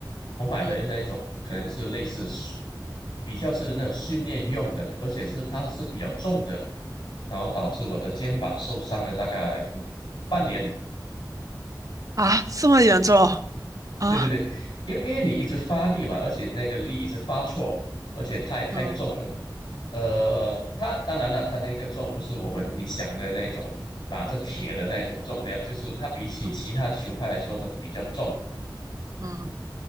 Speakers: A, on the left (about 80°); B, on the right (about 45°).
A: 我买的那种可能是类似
B: 嗯。
A: 比较是那种训练用的，而且是它是比较重的，然后导致我的肩膀受伤了大概嗯半年。
B: 啊，这么严重啊？嗯
A: 对对对，因为因为你一直发力嘛，而且那个力一直发错，而且太太重了。
B: 嗯
A: 呃，它当然了，它那个重不是我们你想的那种拿着铁的那种重量，就是它比起其他球拍来说都比较重。
B: 嗯嗯，